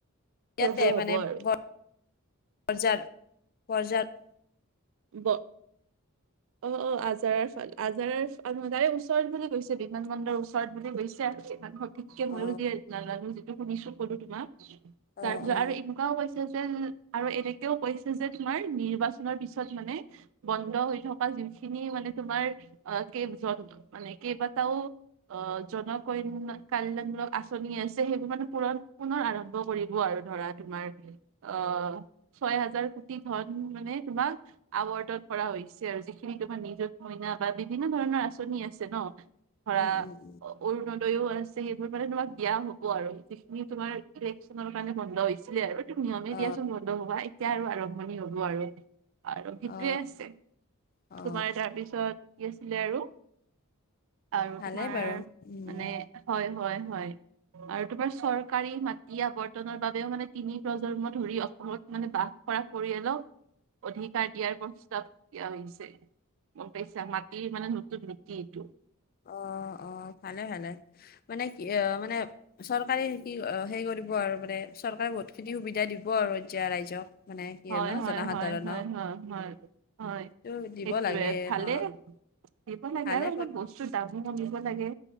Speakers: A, on the left; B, on the right.
A: ইয়াতে
B: সেইবোৰ
A: মানে
B: হ'ব আৰু
A: গঢ় বজাৰ বজাৰ
B: ব অ অ আজাৰৰ ফাল আজাৰে ফ আজাৰে ওচৰত বুলি কৈছে বিমান বন্দৰ ওচৰত বুলি গৈছে আৰু কিমান সত- ঠিককে ময়ো
A: অ
B: দিয়ে নাজানো যিটো শুনিছো কলো তোমাক তাৰপিছত
A: অ অ
B: আৰু এনেকুৱাও কৈছ- <unintelligible> আৰু এনেকেও কৈছে যে তোমাৰ নিৰ্বাচনৰ পিছত মানে বন্ধ হৈ থকা যোনখিনি মানে তোমাৰ অ কেব য মানে কেইবাটাও অ জন কন্য কল্যাণমূলক আঁচনি আছে সেইবোৰ মানে পুৰ পুনৰ আৰম্ভ কৰিব আৰু ধৰা। তোমাৰ অ ছয় হাজাৰ কোটি ধন মানে তোমাক আৱৰ্তন কৰা হৈছে আৰু যিখ- তোমাৰ নিজৰ কইনা বা বিভিন্ন ধৰণৰ আঁচনি আছে ন ধৰা
A: উম উম উম
B: অৰুণোদয়ও আছে সেইবোৰ মানে তোমাক দিয়া হ'ব আৰু যিখিনি তোমাৰ ইলেকশ্যনৰ কাৰণে বন্ধ হৈছিলে আৰুত। টো নিয়মে
A: অ
B: দিয়াচোন বন্ধ হবা এতিয়া আৰু আৰম্ভণি হ'ব আৰু। আৰু সেইটোৱে
A: অ
B: আছে
A: অ
B: তোমাৰ তাৰপিছত কি আছিলে আৰু। আৰু
A: ভালেই
B: তোমাৰ
A: বাৰু উম
B: মানে হয় হয় হয়। আৰু তোমাৰ চৰকাৰী মাটি আৱৰ্তনৰ বাবেও মানে তিনি প্ৰজন্ম ধৰি অসমত মানে বাস কৰা পৰিয়ালক অধিকাৰ দিয়াৰ প্ৰস্তাৱ দিয়া হৈছে। মোক পাইছা মাটিৰ মানে নতুন নীতি এইটো।
A: অ অ ভালে ভালে মানে কি অ মানে চৰকাৰে কি সেই কৰিব আৰু মানে চৰকাৰে বহুতখিনি সুবিধা দিব আৰু এতিয়া ৰাইজক। মানে কি
B: হয়
A: আৰু ন
B: হয়
A: জনসাধাৰণক
B: হয় হয় হয় হয় হয়।
A: টো দিব
B: সেইটোয়ে
A: লাগে
B: ভালে
A: ন
B: দিব লাগে
A: ভালে
B: আৰু অলপ বস্তুৰ দামো কমিব লাগে।